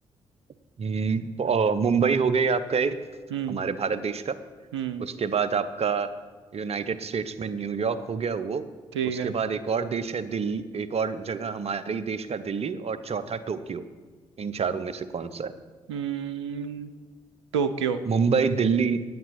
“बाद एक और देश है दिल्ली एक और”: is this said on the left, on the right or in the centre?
Right